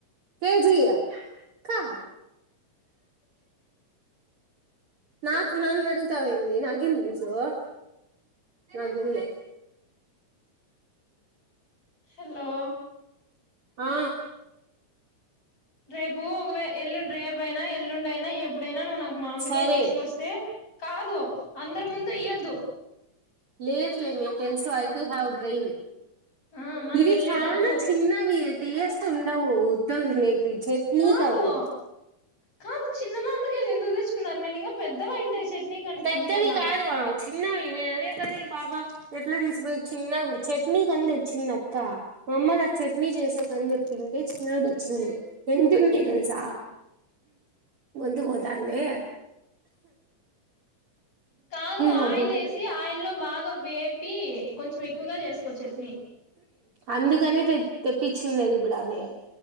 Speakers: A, on the right; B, on the left.
A: కేజయ కా నా నా అడుగుతాయింది నాకేం తెలుసు అ నాగంద
B: హలో
A: ఆ
B: రేపు ఒకే ఎల్లు రేపుయినా ఎల్లుండి అయినా ఎప్పుడైనా నువ్వు నాకు మామిడికాయ
A: సరే
B: తీసుకొస్తే కాదు అందరు ముందు ఎద్దు
A: లేయత్లే మీ తెల్సు ఆయతు హదు బ్రెన్
B: ఆ మనం
A: ఇవి
B: వెళ్ళేటప్పుడు
A: చాలా చిన్నవి అ టేస్ట్ ఉండవు ఊద్ద ఇ చెట్
B: కాదు
A: కవి
B: కాదు చిన్న మామిమకి అది ఎందుకు తెచ్చుకున్నారు నేను ఇంకా పెద్దవ ఇంటాయి చట్నీ కంటే
A: పెద్దవి
B: అనుకున్నా
A: కాదు చిన్నవి నేను అదే కదా ఈ పాప ఎట్లా తీసిపోయి చిన్న చట్నీ కంద వచ్చిందిక్క మా అమ్మ నాకు చట్నీ చేసేకని చెప్పింది చిన్నది వచ్చింది ఎంతన్నాయి తెలుసా వతు బ దాన్నే
B: కాదు
A: నా
B: ఆయిల్
A: గొంతు
B: వేసి ఆయిల్ లో బాగా వేపి కొంచెం ఎక్కువగా చేసుకోవచ్చు
A: అందుకనే తెప్పించింది అది ఇప్పుడు అవియ్య